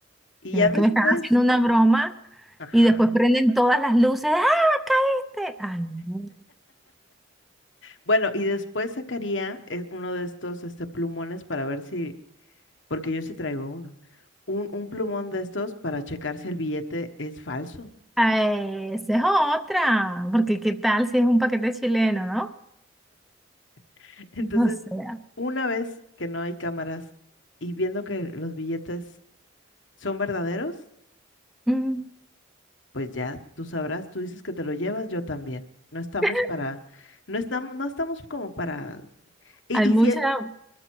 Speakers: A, on the left; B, in the centre.
A: Y
B: Si
A: ya
B: no es
A: después,
B: que me están haciendo una broma
A: ajá.
B: y después prenden todas las luces. ¡Ah, caíste! Ay, no.
A: Bueno, y después sacaría eh, uno de estos este, plumones para ver si, porque yo sí traigo uno, un, un plumón de estos para checar si el billete es falso.
B: Ah, Esa es otra. Porque qué tal si es un paquete chileno, ¿no?
A: <laughs> Entonces,
B: O sea,
A: una vez que no hay cámaras y viendo que los billetes son verdaderos,
B: mm,
A: pues ya tú sabrás, tú dices que te lo llevas, yo también. No estamos
B: <laughs>
A: para, no estamos, no estamos como para, y,
B: hay
A: y
B: mucha,
A: si es